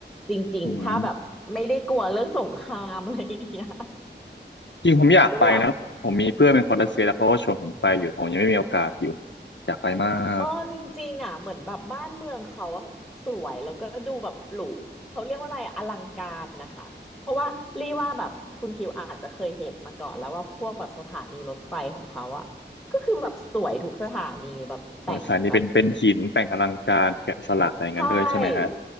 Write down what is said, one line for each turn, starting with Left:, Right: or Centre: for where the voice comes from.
Centre: จริงๆถ้าแบบไม่ได้กลัวเรื่องสงครามอะไรอย่างเงี้ย
Left: อืมจริงผมอยากไปนะผมมีเพื่อนเป็นคนรัสเซียแล้วเขาก็ชวนผมไปอยู่ผมยังไม่มีโอกาสอยู่
Centre: ก็แบบ
Left: อยากไปมาก
Centre: เออจริงๆอ่ะเหมือนแบบบ้านเมืองเขาอะสวยแล้วก็ดูแบบหรูเขาเรียกว่าอะไรอะอลังการนะคะเพราะว่ารีว่าแบบคุณคิวอาจจะเคยเห็นมาก่อนแล้วว่าพวกแบบสถานีรถไฟของเขาอะก็คือแบบสวยทุกสถานีแบบแต่งแบบ
Left: เออสายนี้เป็นเป็นหินแต่งอลังการแกะสลักอะไรอย่างนั้นด้วยใช่ไหมฮะ
Centre: ใช่